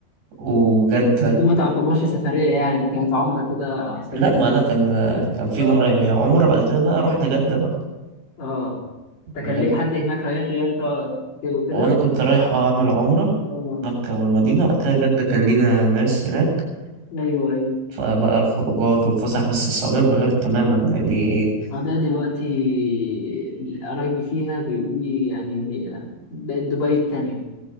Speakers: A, on the right; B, on the left.
A: وجدة
B: بس دي ما تعتبرش سفرية يعني ده كانت عمرة كده عسل
A: لا
B: بلد
A: ما لا كان كان في
B: اه
A: مرة عمرة بعد كده بقى رحنا جدة بقى
B: اه ده
A: بجد
B: كان ليك حد هناك رايح لي يعني تقعد كده وكده
A: وانا كنت رايح اه اعمل عمرة
B: آه.
A: مكة والمدينة وبعد كده جدة كان لينا ناس هناك
B: أيوه أيوه
A: فبقى الخروجات والفسح بس السعودية اتغيرت تماما يعني
B: السعودية دلوقتي قرايبي فيها بيقولوا لي يعني هي بقت دبي التانية